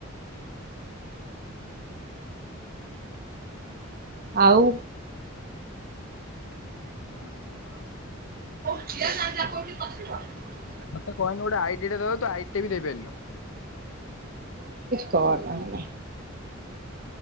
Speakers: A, on the right; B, on the left.
A: ଆଉ।
B: ଆଉ କଣ?
A: <inaudible>
B: ମତେ କହିନୁ ଗୋଟେ ଆଇଟିରେ ଦେବାକୁ ତୁ ଆଇ ଟିରେ ବି ଦେଇପାରଲି
A: ତଳଟା ହେଲା।